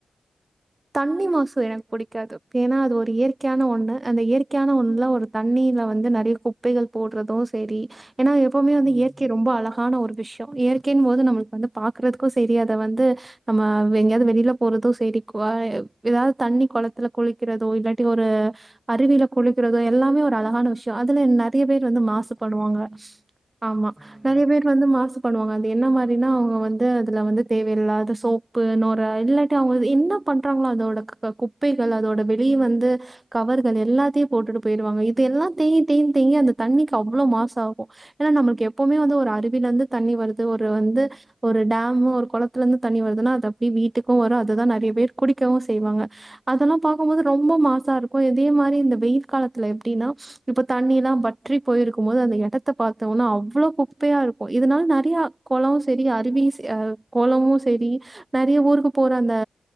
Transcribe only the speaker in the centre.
ம்.
கண்டிப்பா.
ம்.